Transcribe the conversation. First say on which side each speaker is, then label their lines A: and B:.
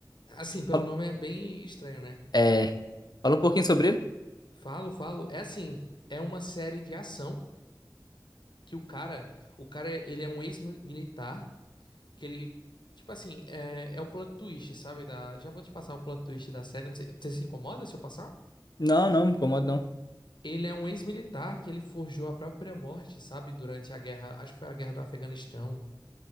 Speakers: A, on the left; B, on the left.
A: Assim, pelo
B: Fala-
A: nome é bem estranho, né?
B: É, fala um pouquinho sobre ele?
A: Falo, falo. É assim. É uma série de ação que o cara. O cara, ele é um ex-militar. Que ele. Tipo assim, é, é o plot twist, sabe? Da, já vou te passar o plot twist da série. Não sei- você se incomoda se eu passar?
B: Não, não, me incomoda não.
A: Ele é um ex-militar que ele forjou a própria morte, sabe? Durante a guerra, acho que foi a guerra do Afeganistão.